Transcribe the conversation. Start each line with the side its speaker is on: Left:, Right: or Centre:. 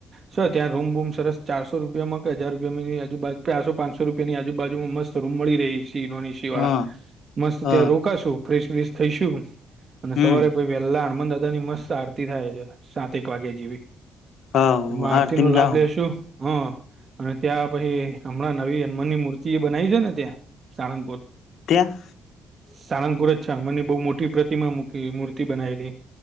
Right: શ ત્યાં રૂમ રૂમ સરસ ચારસો રૂપિયામાં હજાર રૂિયા ની આજુબજુ ચારસો પાંસો રૂપિયાનીજુબજુમાં મસ્ત રૂમ મળી રહી છે એસી નોન એસ વાળા,
Left: હા
Right: મસ્ત
Left: હા
Right: ત્યાં રોકાશુ ફ્રશ બેસ થઈશું અને
Left: હમ
Right: સવારે પ વહેલા હનુમાન દાદા ની મસ્ત આરતી થાય છે સાતક વાગે જેવી.
Left: હા
Right: એમાં આરતી
Left: આરતીમ
Right: નો લાભ
Left: જાહુ
Right: લેેશુ. હા અને ત્યાં પછી હમણાં નવી હનુમાનની મૂર્તિ બનાવી છે ને ત્યાં સાણંદપુર.
Left: ત્યાં
Right: સાણંગપુર જ છ મને બહુ મોટી પ્રતિમા મૂકી મૂર્તિ બનાયલી.